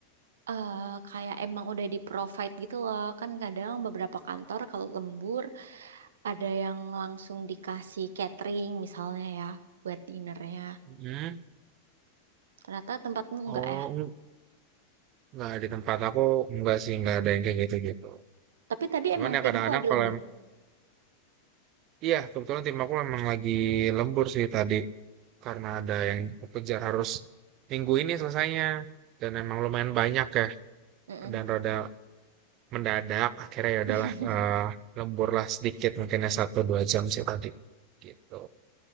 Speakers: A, on the right; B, on the right.
A: eh, kayak emang udah di provide gitu loh. Kan kadang beberapa kantor kalau lembur ada yang langsung dikasih catering misalnya ya buat dinernya.
B: Hmm.
A: Ternyata tempatmu
B: Oh,
A: enggak ya.
B: eng- nggak di tempat aku nggak sih nggak ada yang kayak gitu gitu.
A: Tapi tadi
B: Cuman
A: emang
B: ya
A: timmu
B: kadang-kadang
A: lagi
B: kalau
A: lembur.
B: em- iya kebetulan tim aku memang lagi lembur sih tadi. karena ada yang aku kejar harus minggu ini selesainya dan emang lumayan banyak ya
A: Mm-mm.
B: dan rada mendadak akhirnya ya
A: <laughs>
B: udahlah eh, lembur lah sedikit mungkin ya satu dua jam sih tadi gitu.